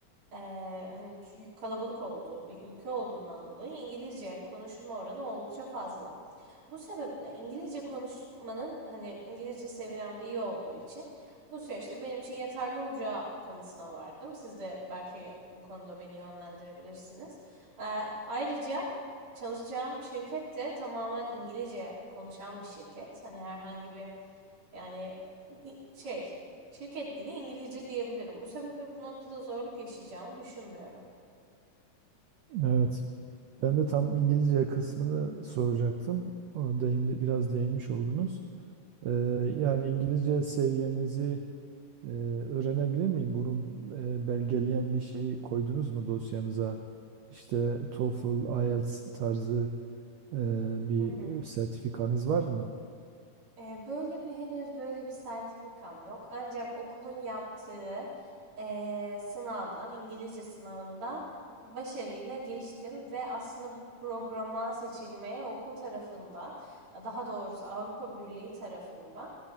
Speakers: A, on the right; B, on the right.
A: eee, hani ç- kalabalık olduğu bir ülke olduğundan dolayı İngilizce konuşma oranı oldukça fazla. Bu sebeple İngilizce konuşmanın hani İngilizce seviyem de iyi olduğu için bu süreçte benim için yeterli olacağı kanısına vardım. Siz de belki bu konuda beni yönlendirebilirsiniz. Ee, ayrıca çalışacağım şirket de tamamen İngilizce konuşan bir şirket. Hani herhangi bir yani bir şey şirket dili İngilizce diyebilirim. Bu sebeple bu noktada zorluk yaşayacağımı düşünmüyorum.
B: Evet. Ben de tam İngilizce kısmını soracaktım. Ona değindi, biraz değinmiş oldunuz. Ee, yani İngilizce seviyenizi e, öğrenebilir miyim? Bunu e, belgeleyen bir şey koydunuz mu dosyanıza? İşte TOEFL, IELTS tarzı e, bir
A: Hı hı.
B: e, sertifikanız var mı?
A: Eee, böyle bir henüz böyle bir sertifikam yok. Ancak okulun yaptığı eee, sınavdan, İngilizce sınavından başarıyla geçtim ve aslında bu programa seçilmeye okul tarafından, daha doğrusu Avrupa Birliği tarafından